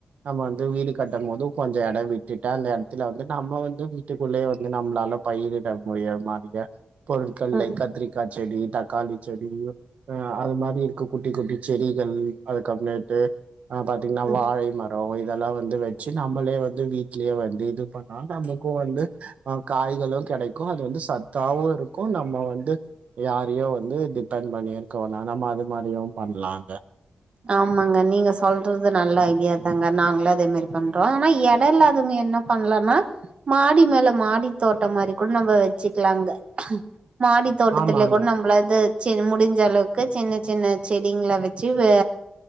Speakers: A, on the right; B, on the right.
A: நம்ம வந்து வீடு கட்டம்போது கொஞ்ச எட விட்டுட்டா அந்த இடத்ல வந்து நம்ம வந்து வீட்டுக்குள்ளியே வந்து நம்மளால பயிரு இட முடிய மாட்டிக பொருட்கள்லையு
B: ம்
A: கத்திரிக்கா செடி தக்காளி செடியோ அஹ் அது மாரி இருக்கு குட்டி குட்டி செடிகள் அதுக்கு அப்மேட்டு அஹ் பாத்தீங்னா
B: ம்
A: வாழை மர ரோ இதெல்லா வந்து வச்சு நம்மளே வந்து வீட்லியே வந்து இது பண்ணா நமக்கு வந்து அஹ் காய் களு கிடைக்கு அது வந்து சத்தாவு இருக்கு நம்ம வந்து யாரையு வந்து டிபெண்ட் பண்ணிரு க்கவேனா நம்ம அது மாரியு பண்லாங்க
B: ஆமாங்க நீங்க சொல்றது நல்ல ஐடியா தாங்க நாங்களு அதே மாரி பண்றோம் ஆனா எடோ இல்லாதவங்க என்ன பண்ணலனா மாடி மேல மாடி தோட்டம் மாரி கூட நம்ம வச்சிக்கலாங்க மாடி தோட்டத்துலேயே
A: ஆமாங்க
B: கூட நம்மள இது சின் முடிஞ்ச அளவுக்கு சின்ன சின்ன செடிங்கள வச்சு வெ